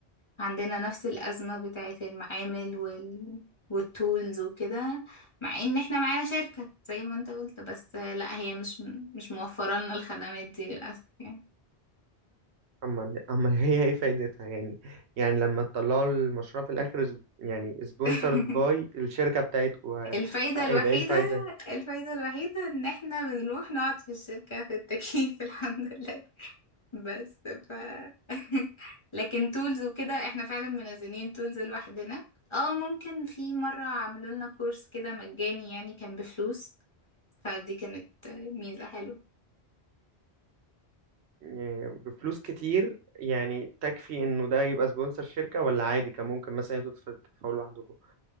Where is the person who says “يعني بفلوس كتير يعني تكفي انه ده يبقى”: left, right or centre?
Right